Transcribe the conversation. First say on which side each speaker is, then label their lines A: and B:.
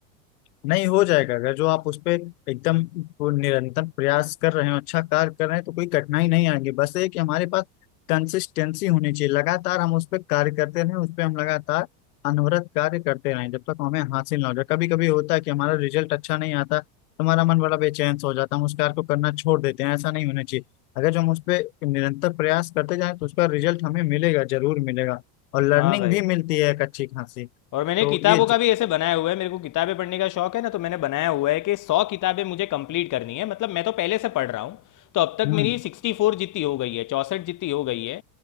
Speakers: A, on the left; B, on the left.
A: नहीं हो जाएगा अगर जो आप उस पे एकदम वो निरंतर प्रयास कर रहे हो अच्छा कार्य कर रहे हैं तो कोई कठिनाई नहीं आएगी बस ये कि हमारे पास कंसिस्टेंसी होनी चाहिए लगातार हम उस पर कार्य करते रहें उस पर हम लगातार अनवरत कार्य करते रहें जब तक हमें हासिल ना हो जाए कभी कभी होता है कि हमारा रिजल्ट अच्छा नहीं आता तो हमारा मन बड़ा बेचैन सा हो जाता है हम उस कार्य को करना छोड़ देते हैं ऐसा नहीं होना चाहिए अगर जो हम उस पर निरंतर प्रयास करते जाएं तो उसका रिजल्ट हमें मिलेगा जरूर मिलेगा और लर्निंग
B: हाँ भाई
A: भी मिलती है एक अच्छी खासी
B: और मैंने
A: तो
B: किताबों
A: ये ज...
B: का भी ऐसे बनाया हुआ है मेरे को किताबें पढ़ने का शौक है ना तो मैंने बनाया हुआ है कि सौ किताबें मुझे कंप्लीट करनी है मतलब मैं तो पहले से पढ़ रहा हूँ तो अब तक
A: हम्म
B: मेरी सिक्सटी फोर जितनी हो गई है चौंसठ जितनी हो गई है